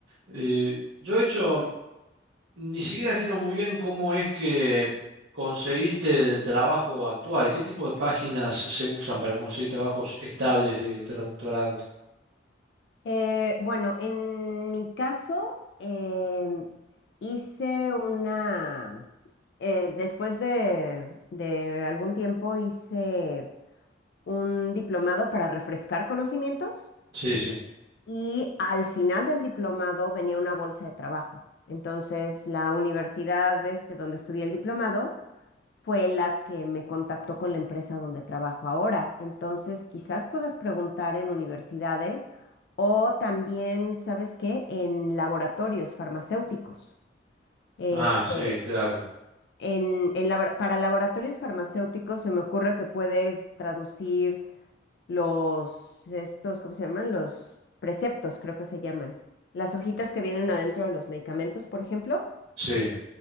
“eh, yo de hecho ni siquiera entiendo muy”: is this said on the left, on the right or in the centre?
Right